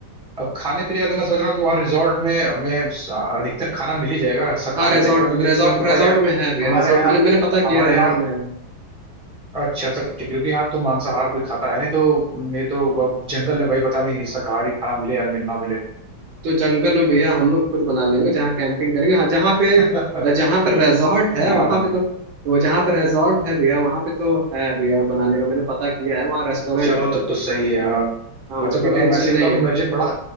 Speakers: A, in the centre; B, on the right.
A: अब खाने पीने का तो मैं समझ रहा हूँ कि वहाँ रिजॉर्ट में हमें अधिकतर खाना मिल ही जाएगा शाकाहारी
B: हाँ रिजॉर्ट
A: टाइप का क्योंकि
B: रिजॉर्ट
A: तुम्हें पता
B: रिजॉर्ट
A: ही है
B: में है भैया
A: हमारे
B: रिजॉर्ट
A: यहाँ
B: मैंने मैंने पता
A: हमारे
B: किया रिजॉर्ट
A: यहाँ
B: में है
A: अच्छा तो ठीक है, क्योंकि यहाँ तो मांसाहार कोई खाता है नहीं तो मैं तो अब जंगल में भाई पता नहीं शाकाहारी खाना मिले या मिल- ना मिले
B: तो जंगल में भैया हम लोग खुद बना लेंगे जहाँ कैंपिंग करेंगे हाँ जहाँ पे
A: <laughs>
B: जहाँ पे रिजॉर्ट है
A: हाँ
B: वहाँ पे तो वो जहाँ पे रिजॉर्ट है भैया वहाँ पे तो है भैया बनाने का मैंने पता किया है वहाँ रेस्टोरेंट
A: चलो
B: है
A: तब तो सही है यार
B: हाँ
A: मैं
B: उसकी
A: तो बताऊँ
B: टेंशन
A: मैं से
B: नहीं
A: बताऊँ तो
B: है
A: मुझे बड़ा